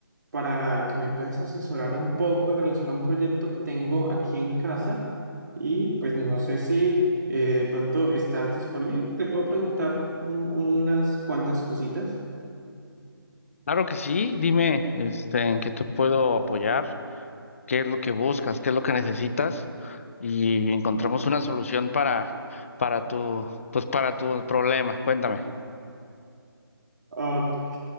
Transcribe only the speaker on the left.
Claro que sí, dime, este, en qué te puedo apoyar, qué es lo que buscas, qué es lo que necesitas y encontramos una solución para, para tu, pues para tu problema. Cuéntame.